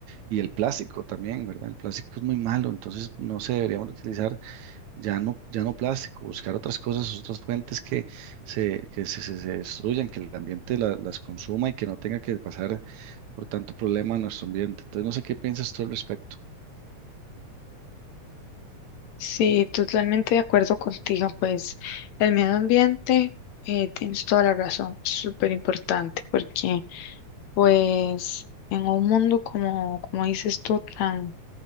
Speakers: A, on the right; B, on the left.
A: Y el plástico también, ¿verdad? El plástico es muy malo, entonces no se deberíamos de utilizar ya no, ya no plástico, buscar otras cosas, otras fuentes que se, que se, se- se destruyan, que el ambiente la- las consuma y que no tenga que pasar por tanto problema a nuestro ambiente. Entonces no sé qué piensas tú al respecto.
B: Sí, totalmente de acuerdo contigo, pues el medio ambiente, eh, tienes toda la razón, súper importante, porque pues en un mundo como, como dices tú, tan,